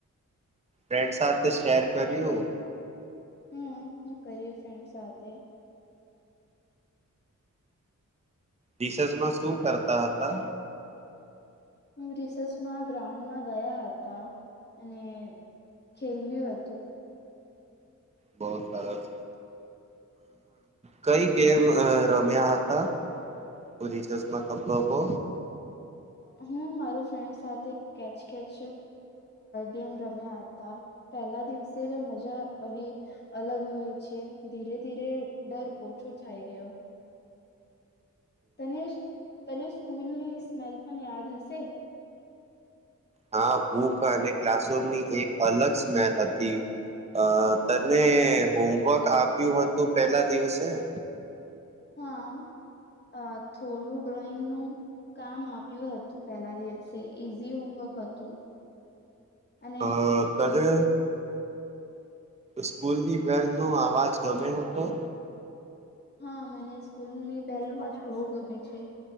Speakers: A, on the right; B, on the left.
A: ફ્રેન્ડ સાથે શેર કર્યું
B: હમ હું કરયુ ફ્રેન્ડ સાથે
A: રીસેસમાં શું કરતા હતા
B: હું રિસેસમાં ગ્રાઉન્ડમાં ગયા હતા અને ખેલવ્યું હતું
A: બો સરસ કઈ ગેમ રમ્યા હતા રિસેસર્સ મા તમ લોકો
B: હું માર ફ્રેન્ડ સાથે કેચ કેચ ગેમ રમ્યા હતા પહેલા દિવસે જ મજા આવી અલગ હોય છે ધીરે ધીરે ડર ઓછો થાય ગયો તને તને સ્કૂલની સ્મેલ પણ યાદ હશે
A: હા બુક અને ક્લાસમની એક અલગ સ્મેલ હતી અ તને હોમવર્ક આપ્યું હતું તું પેલા દિવસે હ
B: હા થોડું ડ્રોઈંગનું કામ આપ્યું હતું પહેલા દિવસે ઈઝી હોમવર્ક હતું અને
A: અ તરે સ્કૂલની બેલનો અવાજ ગમયો હતો
B: હા મને સ્કૂલની બેલો નો અવાજ બહુ ગમે છે